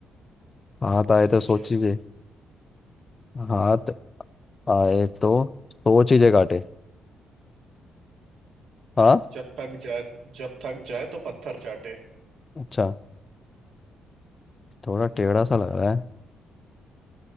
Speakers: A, on the left; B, on the right.
A: हाथ आए
B: सोचिए
A: तो सोचिए
B: आप
A: हाथ आए तो सो चीजें काटे हाँ
B: जब थक जाए जब थक जाए तो पत्थर चाटे
A: अच्छा थोड़ा टेढ़ा सा लग रहा है